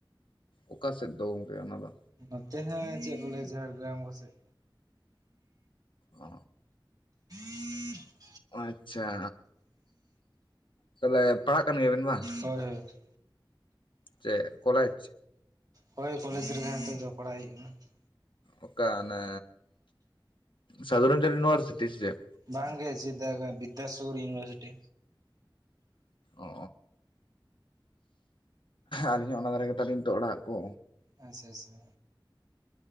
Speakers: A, on the left; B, on the right.
A: ᱚᱠᱟ ᱥᱮᱫ ᱫᱚ ᱜᱚᱢᱠᱮ ᱚᱱᱟ ᱫᱚ
B: ᱱᱚᱛᱮ ᱦᱮᱸ ᱪᱮᱫ ᱠᱚ ᱞᱟᱹᱭᱟ ᱡᱷᱟᱲᱜᱨᱟᱢ ᱠᱚ ᱥᱮᱫ
A: ᱚ
B: <unintelligible>
A: ᱟᱪᱷᱟ ᱛᱟᱦᱚᱞᱮ ᱯᱟᱲᱦᱟᱜ ᱠᱟᱱ ᱜᱮᱭᱟᱵᱱ ᱵᱟᱝ ᱾
B: ᱦᱳᱭ ᱦᱳᱭ ᱾
A: ᱪᱮᱫ ᱠᱚᱞᱮᱡᱽ
B: ᱦᱳᱭ ᱠᱚᱞᱮᱡᱽ ᱨᱮᱜᱮ ᱱᱤᱛᱚᱜ ᱫᱚ ᱯᱟᱲᱦᱟᱜ ᱦᱩᱭᱩᱜ ᱠᱟᱱᱟ ᱾ <unintelligible>
A: ᱚᱠᱟ ᱟᱱᱮ ᱥᱟᱫᱷᱩᱨᱟᱢᱪᱟᱸᱫ ᱤᱱᱩᱰᱷᱟᱨᱥᱤᱴᱤ ᱥᱮ ᱾
B: ᱵᱟᱝ ᱜᱮ <inaudible> ᱵᱤᱫᱫᱟᱥᱟᱜᱚᱨ ᱤᱭᱩᱱᱤᱵᱷᱟᱨᱥᱤᱴᱤ
A: ᱚ ᱟᱹᱞᱤᱧ ᱦᱚᱸ ᱚᱱᱟ ᱫᱷᱟᱨᱮ ᱜᱮᱛᱟᱞᱤᱧ ᱛᱚ ᱚᱲᱟᱜ ᱠᱚ
B: ᱟᱪᱪᱷᱟ ᱟᱪᱪᱷᱟ